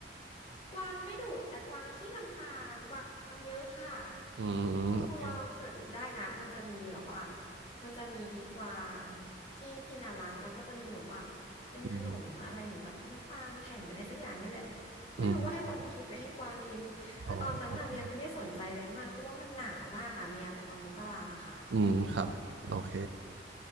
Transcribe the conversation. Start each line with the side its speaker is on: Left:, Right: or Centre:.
Left: กวางไม่ดุแต่กวางขี้รำคาญกวางเยอะค่ะ
Right: อืมอืมโอเค
Left: คุณคุณวางลองเสิร์ชดูได้นะมันจะมีแบบว่ามันจะมีกวางที่ที่นาระแล้วก็จะมีแบบว่าเป็นขนมอะไรเหมือนแบบน้ำตาลแผ่นอะไรสักอย่างนี่แหละ
Right: อืม
Left: ไม่รู้ว่าให้คนกินหรือให้กวางกินคือตอนนั้นน่ะเมียไม่ได้สนใจอะไรมากเพราะว่ามันหนาวมากอะเมียไปตอนมกราค่ะ
Right: อืมอ๋อโอเคอืมครับโอเค